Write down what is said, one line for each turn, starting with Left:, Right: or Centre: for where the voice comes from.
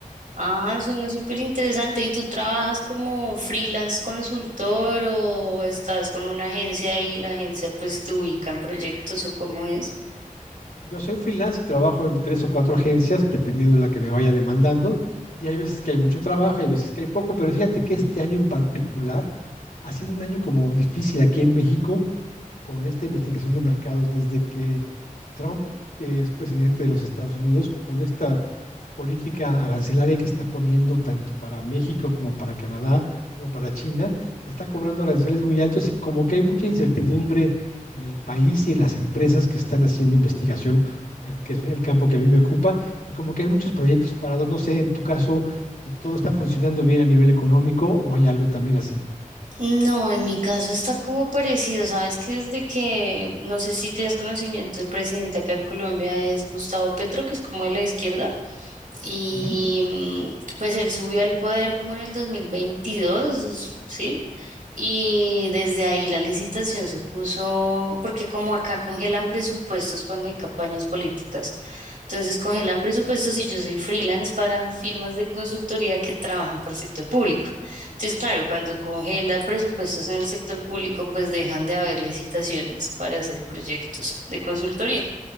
Right: Ah, suena súper interesante. ¿Y tú trabajas como freelance consultor o estás con una agencia y la agencia pues te ubica en proyectos o cómo es?
Left: Yo soy freelance y trabajo en tres o cuatro agencias, dependiendo de la que me vaya demandando. Y hay veces que hay mucho trabajo, hay veces que hay poco, pero fíjate que este año en particular ha sido un año como difícil aquí en México con esta investigación de mercados desde que Trump eh, es presidente de los Estados Unidos, con este política arancelaria que está poniendo tanto para México como para Canadá, como para China, está cobrando aranceles muy altos y como que hay mucha incertidumbre en el país y en las empresas que están haciendo investigación, el que es el campo que a mí me ocupa, y como que hay muchos proyectos parados. No sé, en tu caso, si todo está funcionando bien a nivel económico o hay algo también así.
Right: No, en mi caso está como parecido, sabes que desde que, no sé si tienes conocimiento, el presidente acá en Colombia es Gustavo Petro, que es como de la izquierda. Y
Left: Ujú.
Right: mm, pues él subió al poder como en el dos mil veintidós ¿sí? Y desde ahí la licitación se puso, porque como acá congelan presupuestos cuando hay campañas políticas, entonces congelan presupuestos y yo soy freelance para firmas de consultoría que trabajan para el sector público. Entonces, claro, cuando congela presupuestos en el sector público, pues dejan de haber licitaciones para hacer proyectos de consultoría.